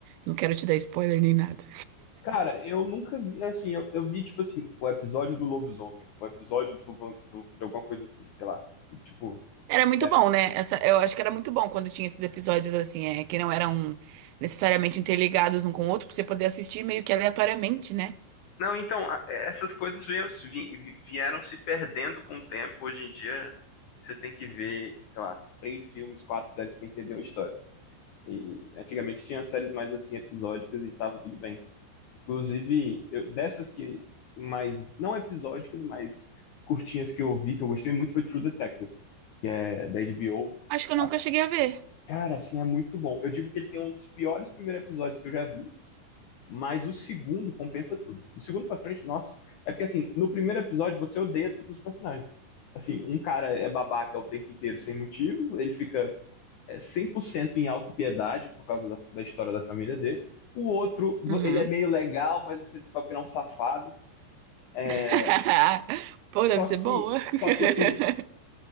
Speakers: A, on the right; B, on the left.
A: Não quero te dar spoiler nem nada.
B: Cara, eu nunca vi, assim, eu, eu vi, tipo assim, o episódio do lobisomem, o episódio do, van- do- de alguma coisa assim, sei lá. E, tipo,
A: Era muito
B: é,
A: bom, né? Essa, eu acho que era muito bom quando tinha esses episódios assim, é, que não eram necessariamente interligados um com o outro, pra você poder assistir meio que aleatoriamente, né?
B: Não, então, a- é, essas coisas vieram, vi- vi- vieram se perdendo com o tempo. Hoje em dia, você tem que ver, sei lá, três filmes, quatro séries para entender uma história. E antigamente tinha séries mais assim, episódicas e tava tudo bem. Inclusive, eu- dessas que mais, não episódicas, mas curtinhas que eu vi, que eu gostei muito, foi True Detective, que é da HBO.
A: Acho que eu
B: Ah,
A: nunca cheguei a ver.
B: cara, assim, é muito bom. Eu digo que ele tem um dos piores primeiros episódios que eu já vi mas o segundo compensa tudo. Do segundo pra frente, nossa. É porque assim, no primeiro episódio você odeia todos os personagens. Assim, um cara é babaca o tempo inteiro sem motivo, ele fica é, 100% em autopiedade por causa da, da história da família dele. O outro,
A: Uhum.
B: ele é meio legal, mas você descobre que ele é um safado. É,
A: <laughs> Pô,
B: Só
A: deve ser
B: que,
A: boa. <laughs>
B: só que assim,